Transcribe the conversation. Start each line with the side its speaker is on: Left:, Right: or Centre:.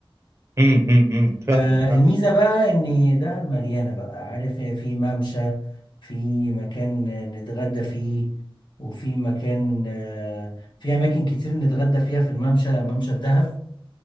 Right: مم. مم. مم. فاهمك
Left: آه
Right: فاهمك
Left: الميزة بقى إن دهب مليانة بقى عارف هي في ممشى في مكان نتغدى فيه وفي مكان آه في أماكن كتير نتغدى فيها في الممشى ممشى الدهب